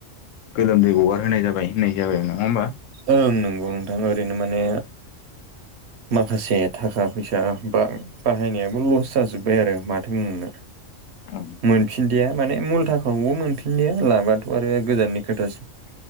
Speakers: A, on the left; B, on the right.
A: गोलोमदै ग'गारहोनाय जाबाय होननाय जाबाय नङा होमबा
B: ओं नोंगौ नोंथां ओरैनो माने माखासे थाखा-फैसा बां बाहायनायाबो ल'स जाजोबबाय आरो माथो बुंबावनो
A: औ
B: मोनफिनदिया माने मुलथाखाखौबो मोनफिनदिया लाबाथ' आरो गोजाननि खोथासो